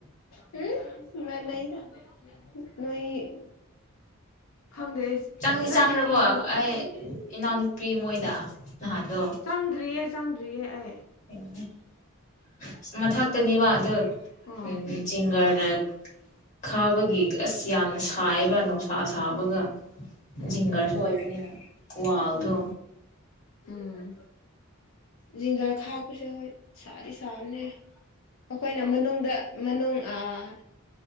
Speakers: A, on the left; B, on the left.
A: ꯎꯝ ꯃꯥꯟꯅꯩꯗ ꯅꯣꯏ ꯈꯪꯗꯦ
B: ꯆꯪꯗꯤ
A: ꯈꯔꯗꯤ
B: ꯆꯪꯔꯕꯣ
A: ꯏꯪꯕ
B: ꯑꯩ ꯏꯅꯥꯎꯅꯨꯄꯤ ꯃꯣꯏꯗ ꯅꯍꯥꯟꯗꯣ
A: ꯆꯪꯗ꯭ꯔꯤꯌꯦ ꯆꯪꯗ꯭ꯔꯤꯌꯦ ꯑꯩ
B: <unintelligible> ꯃꯊꯛꯇꯅꯤꯕ ꯑꯗꯣ
A: ꯑꯣ
B: ꯎꯝ ꯖꯤꯡꯒꯔ <inaudible> ꯈꯥꯕꯒꯤ ꯑꯁ ꯌꯥꯝꯅ ꯁꯥꯏꯕ <inaudible> ꯁꯥ ꯁꯥꯕꯒ
A: ꯎꯝ ꯎꯝ
B: ꯖꯤꯡꯒꯔꯁꯨ ꯑꯣꯏꯕꯅꯤꯅ ꯋꯥꯜꯗꯣ
A: ꯎꯝ ꯎꯝ ꯖꯤꯡꯒꯔ ꯈꯕꯥꯁꯦ ꯍꯣꯏ ꯁꯥꯗꯤ ꯁꯥꯕꯅꯦ ꯑꯩꯈꯣꯏꯅ ꯃꯅꯨꯡꯗ ꯃꯅꯨꯡ ꯑꯥ